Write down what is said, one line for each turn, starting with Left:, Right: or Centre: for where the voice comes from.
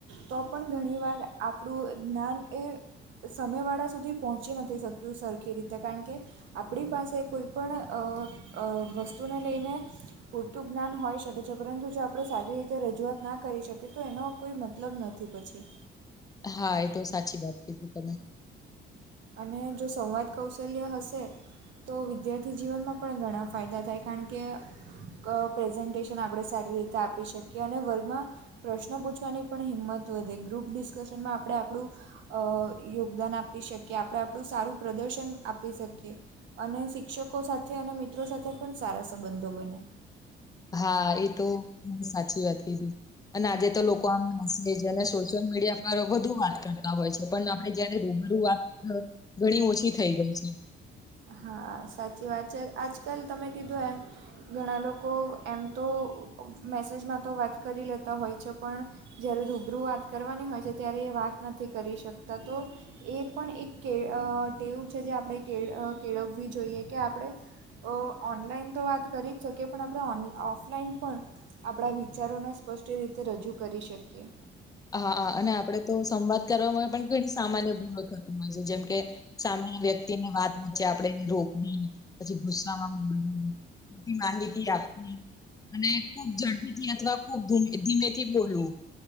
Right: તો પણ ઘણી વાર, આપડુ જ્ઞાન એ સામેવાળા સુધી પહોંચી નથી શકતું સરખી રીતે, કારણ કે આપડી પાસે કે કોઈપણ અ અ વસ્તુને લેઈને પૂરતું જ્ઞાન હોઈ શકે છે, પરંતુ જો આપણે સારી રીતે રજૂઆત ના કરી શકીએ, તો એનો કોઈ મત લબ નથી પછી.
Left: હા, એતો સાચી વાત કીધી તમે.
Right: અને, જો સંવાદ કૌશલ્ય હશે તો વિદ્યાર્થી જીવનમાં પણ ઘણા ફાયદા થાય, કારણ કે ક પ્રેઝન્ટેશન આપણે સારી રીતે આપી શકીએ, અને વર્ગમાં પ્રશ્ન પૂછવાની પણ હિંમત વધે. ગ્રુપ ડિસ્કશનમાં આપડે આપડુ અ યોગદાન આપી શકીએ. આપડે આપડુ સારું પ્રદર્શન આપી શકીએ. અને શિક્ષકો સાથે અને મિત્રો સાથે પણ સારા સંબંધો બને.
Left: હા, એ તો સાચી વાત કીધી. અને આજે તો લોકો આમ મેસેજ અને સો શયલ મીડિયા પર વધુ વાત કરતા હોય છે. પણ આપડે જયારે રૂબરૂ વાત કરતા ઘણી ઓછી થઈ ગઈ છે.
Right: હા, સાચી વાત છે. આજકાલ તમે કીધું એમ ઘણા લોકો, એમ તો, મેસેજમાં તો વાત કરી લેતા હોય છે, પણ જ્યારે રૂબરૂ વાત કરવાની હોય છે, ત્યારે એ વાત નથી કરી શકતા. તો એ પણ એક કે એ ટેવ છે, જે આપણે કે કેળવવી જોઈએ, કે આપડે અ ઓનલાઈન તો વાત કરી જ શકીએ, પણ આપડે ઓન ઓફલાઈન પણ આપડા વિચારોને સ્પષ્ટ રીતે રજૂ કરી શકીએ.
Left: હા, હા. અને આપડે તો સંવાદ કરવામાં પણ ઘણી સામાન્ય ભૂલો થતી હોય છે. જેમ કે સામેની વ્યક્તિને વાત વચ્ચે આપડે એને રોકવી, પછી ગુસ્સામાં ખોટી માહિતી આપવી અને ખૂબ ઝડપીથી, અથવા ખુબ ધીમે ધીમેથી બોલવું.